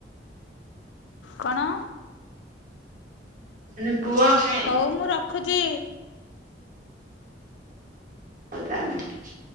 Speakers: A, on the left (about 85°); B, on the right (about 50°).
A: କଣ?
B: ମାନେ ପୁଅ ଖାଏ।
A: ହଉ ମୁଁ ରଖୁଛି।
B: ହଉ ତାହେଲେ।